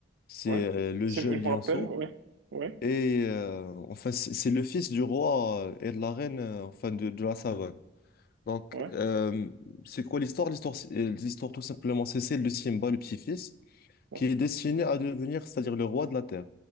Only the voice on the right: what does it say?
ouais.
C'est-
Je me
rappelle, ouais, ouais,
ouais.
Ouais,